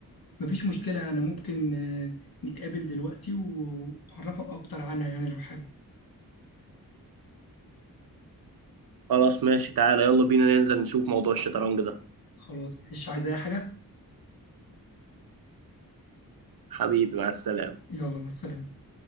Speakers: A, on the left; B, on the right.
A: مفيش مشكلة أنا ممكن آه، نتقابل دلوقتي و- وأعرفك أكتر عنها يعني لو حابب
B: خلاص ماشي تعالى يلا بينا ننزل نشوف موضوع الشطرنج ده
A: خلاص مش عايز أي حاجة
B: حبيبي مع السلامه
A: يلا مع السلامة